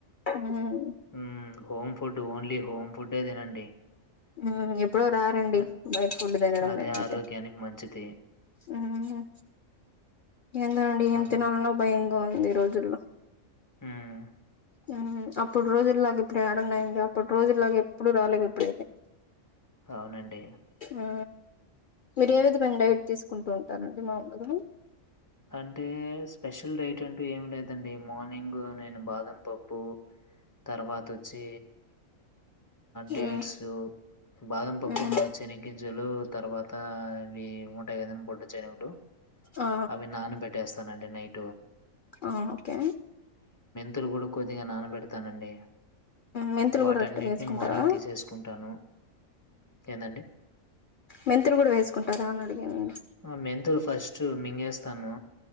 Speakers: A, on the left; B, on the left.
A: మ్మ్
B: హ్మ్మ్ హోమ్ ఫుడ్ ఓన్లీ హోమ్ ఫుడే తినండి
A: ఉమ్ ఎప్పుడో రేర్అండి
B: అ
A: బయట ఫుడ్ తినడం
B: అదే
A: మేమైతే
B: ఆరోగ్యానికి మంచిది.
A: ఉమ్ హ్మ్మ్ ఎందో అండి ఏం
B: ఆ!
A: తినాలన్న భయం గా ఉంది ఈ రోజుల్లో
B: ఉమ్
A: ఉమ్ అప్పుడు రోజులాగా ఇప్పుడు యాడ ఉన్నాయండి అప్పుడు రోజులాగా ఎప్పుడు రాలేవు ఇప్పుడైతే
B: అవునండి
A: ఆ మీరు ఏ విధంమైన డైట్ తీసుకుంటూ ఉంటారండి మాములుగా
B: అంటే స్పెషల్ డైట్ అంటూ ఏం లేదండి మార్నింగ్ నేను బాదం పప్పు తర్వాత వచ్చి డేట్స్
A: మ్మ్
B: బాదం పప్పు
A: మ్మ్
B: నా శనిగింజలు తర్వాత ఇవి ఉంటాయి కదండీ బొడ్డ శనుగలు
A: ఆ
B: అవి నాన పెట్టేస్తానండి నైట్
A: ఆ ఓకే
B: తులు కూడా కొద్దిగా నానబెడతానండి
A: మెంతులు
B: వాటన్నిటిని
A: కూడా వాటిల్లో వేసుకుంటారా
B: మార్నింగ్ తీసేసుకుంటాను. ఏందండి?
A: మెంతులు కూడా వేసుకుంటారా అని అడిగాను నేను
B: ఆ మెంతూలు ఫస్ట్ మింగేస్తాను